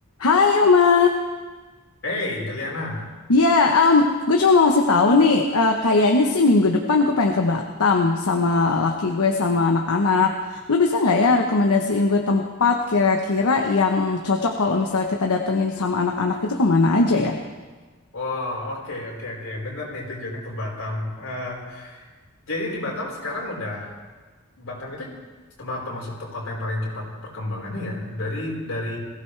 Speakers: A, on the left (about 80°); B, on the left (about 65°).
A: Hai Oma,
B: Hey, Juliana.
A: ya gue cuma mau ngasih tahu nih, eh, kayaknya sih minggu depan gue pengen ke Batam sama laki gue sama anak-anak. Lu bisa nggak ya rekomendasiin gue tempat kira-kira yang cocok kalau misalnya kita datengin sama anak-anak itu kemana aja ya?
B: Wow, oke, oke, oke. Bener nih tujuannya ke Batam. Eh, jadi di Batam sekarang udah, Batam itu terma- termasuk tuh kota yang paling cepat perkembangannya ya. Dari, dari,